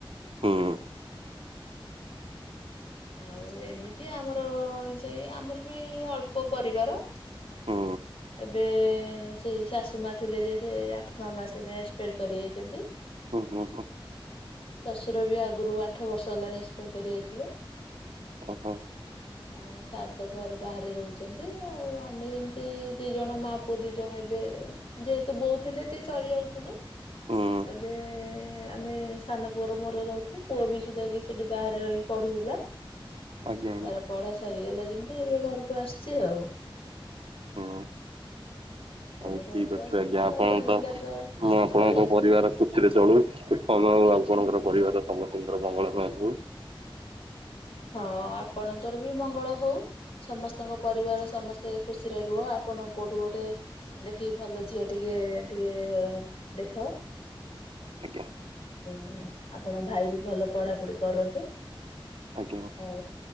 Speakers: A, on the right; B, on the left.
A: ହୁଁ।
B: ଆଉ ଏମିତି ଆମର ସେଇ ଆମର ବି ଅଳ୍ପ ପରିବାର।
A: ହୁଁ
B: ଏବେ ସେଇ ଶାଶୁ ମା ଥିଲେ ଯେ ସେ ଆଠ ନଅ ମାସ ଏକ୍ସପାଡ କରିଯାଇଛନ୍ତି।
A: ହୁଁ ହୁଁ ହୁଁ
B: ଶଶୁର ବି ଆ ଆଗୁରୁ ଆଠ ବର୍ଷ ହେଲାଣି ଏକ୍ସପାର କରି ଯାଇଥିଲେ।
A: ଓ ହୋ।
B: ଆଉ ସାର୍ ତ ଘରେ ବାହାରେ ରହୁଛନ୍ତି ଆଉ ଆମେ ଯେମତି ଦି ଜଣ ମା ପୁଅ ଦି ଜଣ ଏବେ ଯେହେତୁ ବୋଉଥିଲେ ଟିକେ ଚଳି ଯାଉଥିଲୁ।
A: ହୁଁ
B: ଏବେ ଆମେ ସାନ ପୁଅର ମୋର ରହୁଥିଲୁ, ପୁଅ ବି ସେ ଯାଇକି ସେଠି ବାହାରେ ରହିି ପଢୁଥିଲା।
A: ଆଜ୍ଞା ଆଜ୍ଞା
B: ତାର ପଢା ସରିଗଲା ଯେମତି ଏବେ ଘରକୁ ଆସଚି ଆଉ।
A: ହୁଁ। ହଉ
B: ଏବେ
A: ଠିକ
B: ଘରକୁ
A: ଅଛି
B: ଆସିଛି
A: ଆଜ୍ଞା
B: ତାର
A: ଆପଣଙ୍କ
B: ଯାଇକି ଲେଟର
A: ତ ପୁରା ଆପଣଙ୍କ
B: ପଳେଇ ଆସିଲାଣି
A: ପରିବାର ଖୁସିରେ ଚଳୁ <unintelligible> ଆପଣଙ୍କର ପରିବାର ସମସ୍ତିଙ୍କର ମଙ୍ଗଳ ମୟ ହେଉ।
B: ହଁ ଆପଣଙ୍କର ବି ମଙ୍ଗଳ ହଉ। ସମସ୍ତଙ୍କ ପରିବାର ସମସ୍ତେ ଖୁସିରେ ରୁହ, ଆପଣଙ୍କ କୋଉଠୁ ଗୋଟେ ଦେଖିକି ଭଲ ଝିଅ ଟିକେ ଟିକେ ଦେଖ।
A: ଆଜ୍ଞା।
B: ହ ଆପଣଙ୍କ ଭାଇ ବି ଭଲ ପଢାପଢି କରନ୍ତୁ।
A: ଆଜ୍ଞା
B: ହଉ